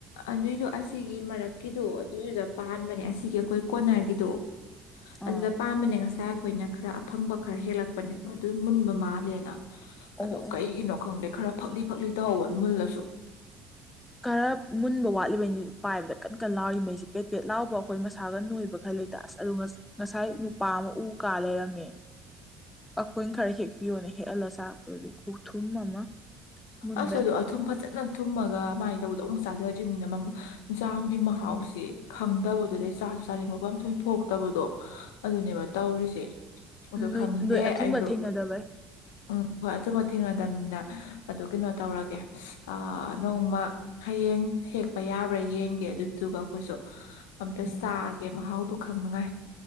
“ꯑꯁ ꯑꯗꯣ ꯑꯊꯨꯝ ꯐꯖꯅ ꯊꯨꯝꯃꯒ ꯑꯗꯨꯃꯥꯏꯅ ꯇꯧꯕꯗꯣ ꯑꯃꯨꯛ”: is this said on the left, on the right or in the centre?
Left